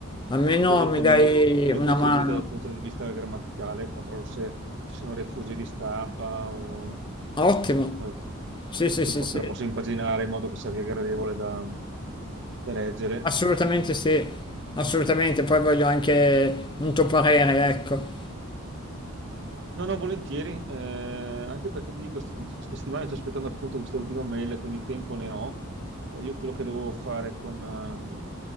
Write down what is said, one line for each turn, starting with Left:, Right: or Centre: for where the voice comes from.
Left: almeno
Right: Ovviamente
Left: mi dai
Right: il mio, il mio
Left: una
Right: contributo
Left: mano.
Right: dal punto di vista grammaticale, controllo se ci sono refusi di stampa o
Left: Ottimo.
Right: eh, qualche-
Left: Sì, sì,
Right: che
Left: sì,
Right: posso-
Left: sì,
Right: la posso impaginare in modo che sia gradevole da, da leggere
Left: assolutamente sì, assolutamente. Poi voglio anche un tuo parere, ecco.
Right: No, no, volentieri, eh, anche perché ti dico, sti- queste settimane sto aspettando appunto questa ultima mail, quindi tempo ne ho. Eh, io quello che dovevo fare con, eh,